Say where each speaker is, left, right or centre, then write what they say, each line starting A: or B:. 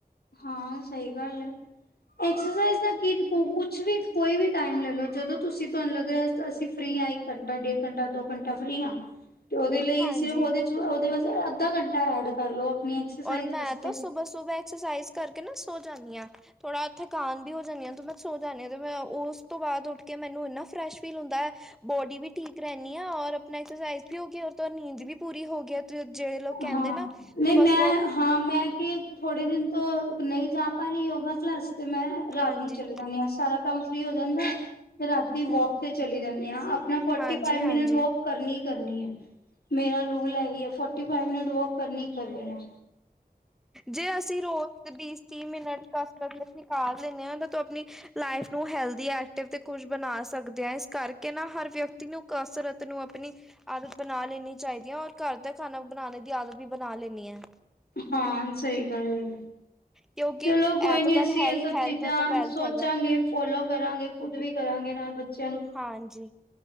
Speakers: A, on the left (about 80°); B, in the centre.
A: ਹਾਂ ਸਹੀ ਗੱਲ ਹੈ ਐਕਸਰਸਾਈਜ਼ ਦਾਟ ਕੁਛ ਵੀ ਕੋਈ ਵੀ ਟਾਈਮ ਲੈ ਲੋ ਜਦੋਂ ਤੁਸੀਂ ਤੁਹਾਨੂੰ ਲੱਗ ਰਿਹਾ ਅਸੀਂ ਫ੍ਰਰੀ ਹੈ ਇੱਕ ਘੰਟਾ ਡੇਢ ਘੰਟਾ ਦੋ ਘੰਟਾ ਫ੍ਰੀ ਹਾਂ। ਤੇ ਉਹਦੇ ਲਈ
B: ਹਾਂਜੀ
A: ਸਿਰਫ ਉਹਦੇ ਚ ਉਹਦੇ ਬਸ ਅੱਧਾ ਘੰਟੇ ਐਡ ਕਰ ਲੋ। ਆਪਣੀ ਐਕਸਰਸਾਈਜ਼
B: ਰ ਮੈਂ
A: ਵਾਸਤੇ
B: ਤਾਂ ਸੁਬਹ ਸੁਬਹ ਐਕਸਰਸਾਈਜ਼ ਕਰਕੇ ਨਾ ਸੋ ਜਾਂਦੀ ਹਾਂ ਥੋੜਾ ਥਕਾਨ ਵੀ ਹੋ ਜਾਂਦੀਆਂ ਤੂੰ ਮੈਂ ਸੋਚ ਣੇ ਮੈਂ ਉਸ ਤੋਂ ਬਾਅਦ ਉੱਠ ਕੇ ਮੈਨੂੰ ਇੰਨਾ ਫਰੈਸ਼ ਫੀਲ ਹੁੰਦਾ ਹੈ ਬੋਡੀ ਵੀ ਠੀਕ ਰਹਿੰਦੀ ਔਰ ਆਪਣਾ ਐਕਸਰਸਾਈਜ਼ ਵੀ ਹੋਗਿਆ। ਤਾਂ ਨੀਂਦ ਵੀ ਪੂਰੀ ਹੋ ਗਈ। ਜਿਹੜੇ ਲੋਕ ਕਹਿੰਦੇ
A: ਹਾਂ
B: ਨਾ
A: ਨਹੀਂ
B: ਬੱਸ
A: ਮੈਂ ਹਾਂ ਮੈਂ ਕਿ ਥੋੜੇ ਦਿਨ ਤੋਂ ਨਹੀਂ ਜਾ ਪਾਰੀ ਯੋਗਾ ਕਲਾਸ ਤੇ ਮੈਂ ਰਾਤ
B: ਹਾਂਜੀ
A: ਨੂੰ ਚਲੇ ਜਾਂਦੀ ਹਾਂ ਸਾਰਾ ਕੰਮ ਫਰੀ ਹੋ ਜਾਂਦਾ ਤੇ ਰਾਤੀ ਵੋਕ ਤੇ ਚਲੀ ਜਾਂਦੇ ਹਾਂ। ਨਾ ਫੋਰਟੀ
B: ਹਾਂਜੀ
A: ਫਾਈਵ ਮਿਨਟ
B: ਹਾਂਜੀ
A: ਵੋਕ ਕਰਨੀ। ਕਰਨੀ ਹੈ ਮੇਰਾ ਰੂਲ ਇਹੀ ਹੈ ਫੋ ਫਟੀ ਫਾਈਵ ਮਿਟ ਵੋਕ ਕਰਨੀ ਹੀ ਕਰਨੀ ਹੈ।
B: ਜੇ ਅਸੀਂ ਰੋਜ਼ ਵੀਹ ਤੀਹ ਮਿੰਟ ਕਰ ਕਰਦੇ। ਲੈਂਦੇ ਹਾਂ ਤੂੰ ਆਪਣੀ ਲਾਈਫ ਨੂੰ ਹੈਲ ਐਕਟਿਵ ਤੇ ਖੁਸ਼ ਬਣਾ ਸਕਦੇ‌ ਹਾ ਇਸ ਕਰਕੇ ਨਾ ਹਰ ਵਿਅਕਤੀ ਨੂੰ ਕਸਰਤ ਨੂੰ ਆਪਣੀ ਆਦਤ ਬਣਾ ਲੈਣੀ ਚਾਹੀਦੀ ਇ, ਔਰ ਘਰ ਦਾ ਖਾਣਾ ਬਣਾਣ ਦੀ ਆਦਤ ਵੀ ਬਣਾ ਲੈਂਣੀ ਐ।
A: ਹਾਂ ਸਹੀ ਗੱਲ ਹੈ।
B: ਕਿਉਂਕਿ
A: ਚਲੋ
B: ਇਹ
A: ਕੋਈ ਨੀ
B: ਤਾਂ ਗੱਲ
A: ਅਸੀਂ
B: ਹੈ
A: ਇਹ
B: ਹੀ
A: ਸਭ
B: ਹੈਲਥ
A: ਚੀਜ਼ਾਂ
B: ਹੈ ਤਾਂ ਵੈਲਥ
A: ਸੋਚਾਂਗੇ
B: ਹੈਗਾ
A: ਫੋਲੋ ਕਰਾਂਗੇ, ਖੁਦ ਵੀ ਕਰਾਂਗੇ ਨਾਲ ਬੱਚੇ
B: ਹਾਂਜੀ